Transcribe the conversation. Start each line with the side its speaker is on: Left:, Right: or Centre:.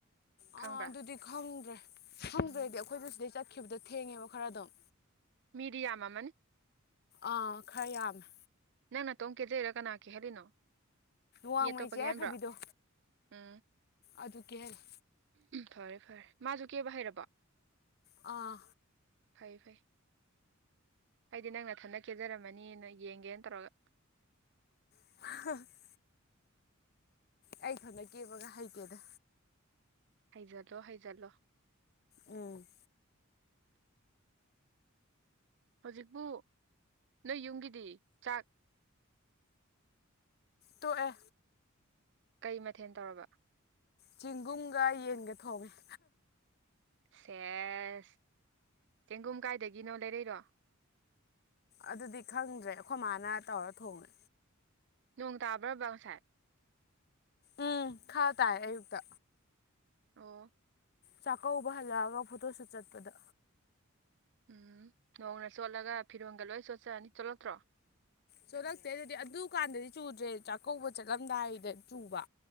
Right: ꯈꯪꯕ꯭ꯔꯥ
Left: ꯑꯥ ꯑꯗꯨꯗꯤ ꯈꯪꯗ꯭ꯔꯦ ꯈꯪꯗ꯭ꯔꯦꯗꯤ
Right: ꯎꯝ
Left: ꯑꯩꯈꯣꯏꯖꯨ ꯁꯤꯗꯩ ꯆꯠ ꯈꯤꯕꯗꯣ ꯊꯦꯡꯉꯦꯕ ꯈꯔ ꯑꯗꯨꯝ
Right: ꯃꯤꯗꯤ ꯌꯥꯝꯃꯝꯃꯅꯤ
Left: ꯑꯥ ꯈꯔ ꯌꯥꯝꯃꯦ
Right: ꯅꯪ ꯅꯇꯣꯝ ꯀꯦꯖꯩꯔꯥ ꯀꯅꯥ ꯀꯦꯍꯜꯂꯤꯅꯣ
Left: ꯋꯥꯡꯃꯩ
Right: ꯃꯤ ꯑꯇꯣꯞꯄ
Left: ꯆꯦ
Right: ꯀꯦꯍꯟꯕ꯭ꯔꯣ
Left: ꯌꯥꯏꯐꯕꯤꯗꯣ
Right: ꯎꯝ
Left: ꯑꯗꯨ ꯀꯦꯍꯜꯂꯤ
Right: ꯐꯔꯦ ꯐꯔꯦ ꯃꯥꯁꯨ ꯀꯦꯕ ꯍꯩꯔꯕꯣ
Left: ꯑꯥ
Right: ꯐꯩ ꯐꯩ ꯑꯩꯗꯤ ꯅꯪ ꯅꯊꯟꯗ ꯀꯦꯖꯔꯝꯃꯅꯤꯅ ꯌꯦꯡꯒꯦꯅ ꯇꯧꯔꯒ
Left: <unintelligible> ꯑꯩ ꯏꯊꯟꯇ ꯀꯦꯕꯒ ꯍꯩꯇꯦꯗ
Right: ꯍꯩꯖꯜꯂꯣ ꯍꯩꯖꯜꯂꯣ
Left: ꯎꯝ
Right: ꯍꯧꯖꯤꯛꯄꯨ ꯅꯣꯏ ꯌꯨꯝꯒꯤꯗꯤ ꯆꯥꯛ
Left: ꯇꯣꯛ ꯑꯦ
Right: ꯀꯩ ꯃꯊꯦꯜ ꯇꯧꯔꯕ
Left: ꯆꯦꯡꯒꯨꯝꯒ ꯌꯦꯟꯒ ꯊꯣꯡꯉꯦ
Right: ꯁꯦꯁ ꯆꯦꯡꯒꯨꯝ ꯀꯥꯏꯗꯒꯤꯅꯣ ꯂꯩꯔꯛꯏꯔꯣ
Left: ꯑꯗꯨꯗꯤ ꯈꯪꯗ꯭ꯔꯦ ꯑꯈꯣꯏ ꯃꯥꯅ ꯇꯧꯔ ꯊꯣꯡꯉꯦ
Right: ꯅꯣꯡ ꯇꯥꯕ꯭ꯔꯥꯕ ꯉꯁꯥꯏ
Left: ꯎꯝ ꯈꯥ ꯇꯥꯏ ꯑꯌꯨꯛꯇ
Right: ꯑꯣ
Left: ꯆꯥꯛꯀꯧꯕ ꯍꯜꯂꯛꯑꯒ ꯐꯣꯇꯣ ꯁꯨꯠ ꯆꯠꯄꯗꯣ
Right: ꯎꯝ ꯅꯣꯡꯅ ꯆꯣꯠꯂꯒ ꯐꯤꯔꯣꯟꯒ ꯂꯣꯏ ꯆꯣꯠꯆꯅꯤ ꯆꯣꯂꯛꯇ꯭ꯔꯣ
Left: ꯆꯣꯂꯛꯇꯦ ꯑꯗꯨꯗꯤ ꯑꯗꯨꯀꯥꯟꯗꯗꯤ ꯆꯨꯗ꯭ꯔꯦ ꯆꯥꯛꯀꯧꯕ ꯆꯠꯂꯝꯗꯥꯏꯗ ꯆꯨꯕ